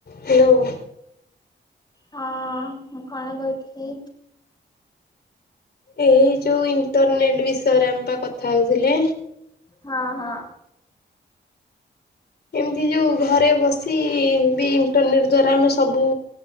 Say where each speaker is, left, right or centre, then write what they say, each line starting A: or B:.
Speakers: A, on the left; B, on the left.
A: Hello.
B: ହଁ ମୁଁ କଣ କହିଥିଲି।
A: ଏଇ ଯୋଉ ଇଣ୍ଟରନେଟ ବିଷୟରେ ଆମେ ପା କଥା ହୋଉଥିଲେ।
B: ହଁ ହଁ।
A: ଏମିତି ଯୋଉ ଘରେ ବସି ବି ଇଣ୍ଟରନେଟ୍ ଦ୍ଵାରା ଆମେ ସବୁ